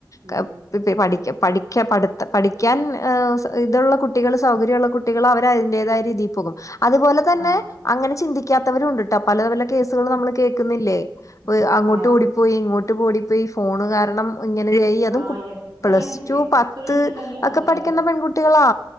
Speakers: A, on the right; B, on the left.
A: ഉം
B: കപ് പിപെ പഠിക്ക് പഠിക്ക പഠിത്ത പഠിക്കാൻ ആ സ് ഇത്ള്ളകുട്ടികള് സൗകര്യോള്ള കുട്ടികള് അവര് അതിന്റേതായ രീതിപ്പോകും അത്പോലെ തന്നെ
A: ആ
B: അങ്ങനെ ചിന്തി ക്കാത്തവരുംണ്ട്ട്ടോ പല പല കേസ്കള് നമ്മള് കേക്ക്ന്നില്ലേ പൊയ് അങ്ങോട്ട്
A: ആ
B: ഓടിപ്പോയി ഇങ്ങോട്ട് പാേടി ഇപ്പ ഈ ഫോണ് കാരണം ഇങ്ങനെ ചെയ്യ് അതും
A: ആ
B: കു
A: എത്ര
B: പ്ലസ്ടു
A: എത്രയുണ്ട്
B: പത്ത്
A: കല്ല്
B: അക്കെ
A: അതെ
B: പഠിക്ക്ന്ന
A: അതെ
B: പെൺകുട്ടികളാ